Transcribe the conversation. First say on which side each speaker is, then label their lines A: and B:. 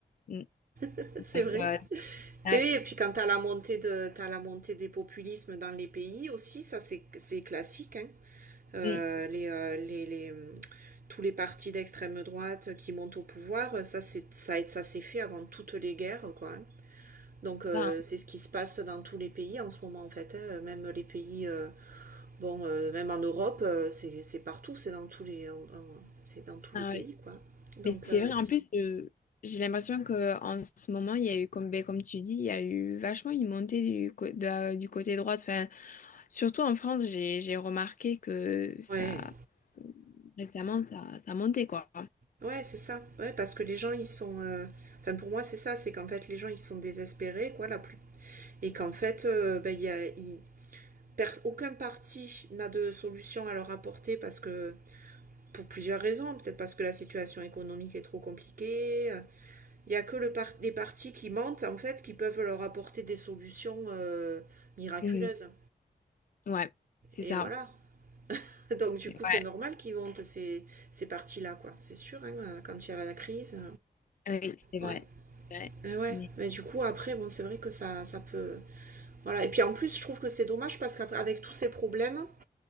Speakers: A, on the left; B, on the right.
A: mm,
B: <laughs> c'est
A: donc,
B: vrai.
A: euh, ouais,
B: Et oui, et puis quand t'as la montée de, t'as la montée des populismes dans les pays aussi, ça c'est, c'est classique, hein. Euh,
A: mm,
B: les, euh, les, les, hum, tous les partis d'extrême droite qui montent au pouvoir, ça c'est, ça, ça s'est fait avant toutes les guerres, quoi. hein. Donc euh,
A: ça,
B: c'est ce qui se passe dans tous les pays en ce moment en fait, hein, même les pays euh, Bon, euh, même en Europe, euh, c'est partout, c'est dans tous les, c'est dans tous
A: ah
B: les pays,
A: oui.
B: quoi. Donc,
A: Mais c'est
B: euh,
A: vrai, en plus, euh, j'ai l'impression qu'en ce moment, il y a eu, comme, ben, comme tu dis, il y a eu vachement une montée du, co- de- la- du côté droit. Enfin, surtout en France, j'ai, j'ai remarqué que ça,
B: ouais,
A: récemment, ça, ça montait, quoi.
B: ouais, c'est ça. Ouais, parce que les gens, ils sont. euh, Enfin, pour moi, c'est ça, c'est qu'en fait, les gens, ils sont désespérés, quoi, la plus. Et qu'en fait, euh, ben, il y a, il- per- aucun parti n'a de solution à leur apporter parce que. Pour plusieurs raisons, peut-être parce que la situation économique est trop compliquée. euh, Il y a que le par- les partis qui mentent, en fait, qui peuvent leur apporter des solutions euh, miraculeuses.
A: Mm. Ouais, c'est
B: Et
A: ça.
B: voilà. Donc du
A: Ouais,
B: coup, c'est normal qu'ils montent ces, ces parties-là, quoi. C'est sûr, hein, euh, quand il y a la crise.
A: oui, c'est vrai.
B: euh, Ouais.
A: c'est vrai.
B: Et ouais.
A: Mais-
B: Mais du coup, après, bon, c'est vrai que ça, ça peut... Voilà. Et puis en plus, je trouve que c'est dommage parce qu'avec tous ces problèmes,